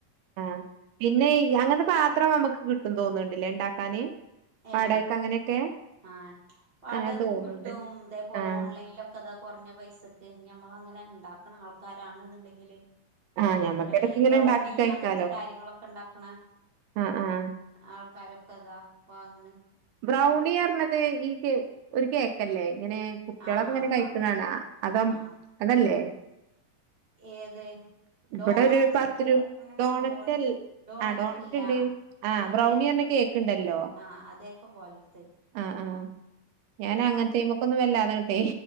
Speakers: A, on the right; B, on the right.
A: ആഹ് പിന്നെയ് അങ്ങനത്തെ പാത്രം നമുക്ക് കിട്ടും തോന്നുണ്ടില്ലേ ഉണ്ടാക്കാന് വാടകക്ക്
B: ഏഹ്
A: അങ്ങനെയൊക്കെ
B: ആഹ് വാടകക്കും
A: അങ്ങനെ തോന്നുന്നുണ്ട്
B: കിട്ടും ഇതേപോലെ
A: ആഹ്
B: ഓൺലൈനിലൊക്കെ ക്കെതാ കുറഞ്ഞ പൈസക്ക് ഞമ്മൾ അങ്ങനെ ഉണ്ടാക്കണ ആൾക്കാരണെന്നുണ്ടെങ്കില്
A: ആഹ്
B: അയ്നൊക്കെ
A: ഞമ്മക്ക്
B: ഉണ്ടല്ലോ
A: ഇടക്ക്
B: ഈ
A: ഇങ്ങനെ
B: ബ്രൗണി
A: ഉണ്ടാക്കി കഴിക്കാലോ
B: അങ്ങനത്തെ കാര്യങ്ങളൊക്കെ ഇണ്ടാക്കണ
A: ആഹ് ആഹ്
B: ആൾക്കാരൊക്കെ അതാ വാങ്ങ്ണ്
A: ബ്രൗണി അറഞ്ഞത് ഈ കേ ഒരു കേക്കല്ലേ ഇങ്ങനെ കുട്ടികളൊക്കെ
B: ആഹ് ആഹ്
A: ഇങ്ങനെ കഴിക്കണാണാ
B: ആഹ്
A: അതും
B: ആഹ്
A: അതല്ലേ
B: ഏത്
A: ഇവിടെ
B: ഡോണറ്റ്
A: ഒരു പത്ത് രൂ
B: അങ്ങനൊര്
A: ഡോണറ്റ്
B: സംഭവണ്ട് ഡോണറ്റ്
A: ആഹ്
B: അല്ല
A: ഉണ്ട് ആഹ്
B: അതെ
A: ബ്രൗണി പറഞ്ഞ കേക്ക് ഉണ്ടല്ലോ
B: ആഹ് അതെയൊക്കെ പോലത്ത്
A: ആഹ് ആഹ് ഞാൻ അങ്ങനത്തെയ്മക്കൊന്നും വല്ലാതങ്ങട്ടെ